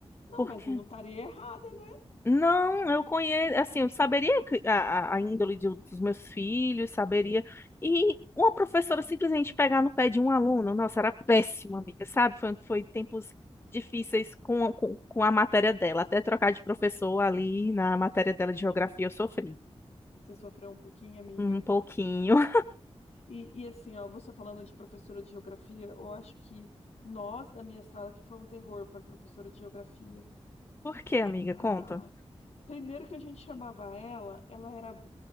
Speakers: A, on the left; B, on the left.
A: Não,
B: porque
A: mas eu não estaria errada, né?
B: não, eu conheço, assim, eu saberia que- a, a a índole de- dos meus filhos, saberia. E uma professora simplesmente pegar no pé de um aluno, nossa, era péssima, amiga, sabe? Foi, foi tempos difíceis com, a- com, com a matéria dela. Até trocar de professor ali na matéria dela de geografia, eu sofri
A: Você sofreu um pouquinho, amiga.
B: um pouquinho.
A: E, e assim, ó, você falando de professora de geografia, eu acho que nós, da minha sala, que foi um terror para a professora de geografia.
B: <laughs> Por quê, amiga?
A: Ah,
B: Conta.
A: primeiro que a gente chamava ela, ela era,